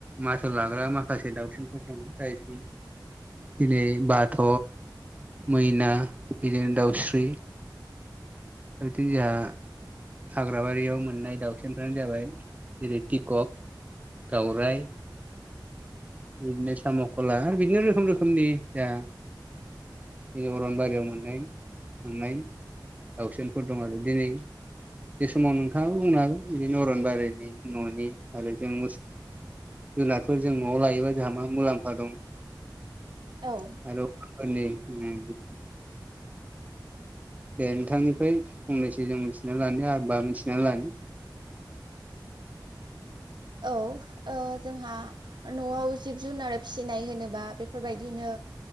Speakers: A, on the right (about 20°); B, on the right (about 70°).
A: माथो लाग्रा माखासे दाउसिनफोर दं जाय जेरै बाथ' मैना बिदिनो दाउस्रि दा बिदिनो जोंहा हाग्राबारियाव मोननाय दाउसिनफ्रानो जाबाय जेरै पिकक दाउराय बिदिनो सामखला बिदिनो रोखोम रोखोमनि जा अरनबारियाव मोननाय थांनाय दाउसिनफोर दं आरो दिनै बे समाव नोंथाङाबो बुंनो हागोन बिदिनो अरनबारिनि न'नि आरो जों मोसौ जुनारफोर जों न'आव लायोबा जोंहा मा मुलाम्फा दं
B: औ
A: आरो बेफोरनि गोनांथि <unintelligible> दे नोंथांनिफ्राय फंनैसो जों मिथिना लानो होमबा मिथिनानै लानो <unintelligible>
B: औ जोंहा न'आव जिब जुनार फिसिनाय होनोबा बेफोरबायदिनो